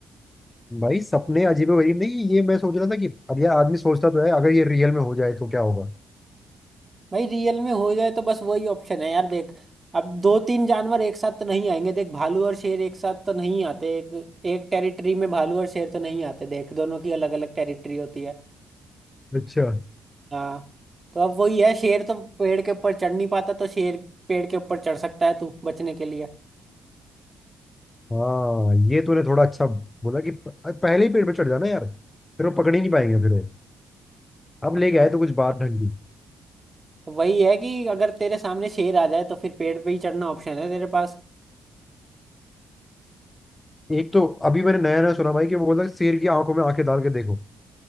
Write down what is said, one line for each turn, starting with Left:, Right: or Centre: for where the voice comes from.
Left: भाई सपने अजीबो गरीब नहीं है, ये मैं सोच रहा था कि अब यार आदमी सोचता तो है अगर ये रियल में हो जाए तो क्या होगा
Right: भाई रियल में हो जाए तो बस वही ऑप्शन है यार देख अब दो तीन जानवर एक साथ तो नहीं आएंगे देख भालू और शेर एक साथ तो नहीं आते एक एक टेरिटरी में भालू और शेर तो नहीं आते देख दोनों की अलग अलग टेरिटरी होती है
Left: अच्छा
Right: हाँ तो अब वही है शेर तो पेड़ के ऊपर चढ़ नहीं पाता तो शेर पेड़ के ऊपर चढ़ सकता है तू बचने के लिए
Left: हाँ ये तूने थोड़ा अच्छा बोला कि प- पहले ही पेड़ पे चढ़ जाना यार फिर वो पकड़ ही नहीं पाएंगे फिर वो अब
Right: हाँ,
Left: लेके आए तो कुछ बात ढंगी
Right: तो वही है कि अगर तेरे सामने शेर आ जाए तो फिर पेड़ पे ही चढ़ना ऑप्शन है तेरे पास
Left: एक तो अभी मैंने नया नया सुना भाई कि वो बोला शेर की आंखों में आंखें डाल के देखो